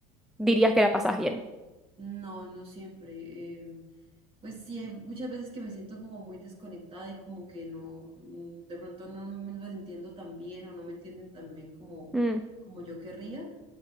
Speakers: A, in the centre; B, on the right (about 30°).
A: dirías que la pasás bien.
B: No, no siempre. eh, pues sí, hay muchas veces que me siento como muy desconectada y como que no, mm, de pronto no me las entiendo tan bien o no me entienden tan bien como,
A: Mm.
B: como yo querría.